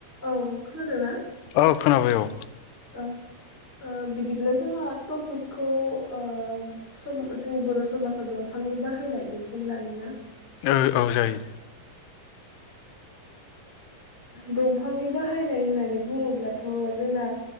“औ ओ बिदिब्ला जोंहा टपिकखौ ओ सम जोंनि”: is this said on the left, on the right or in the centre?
Centre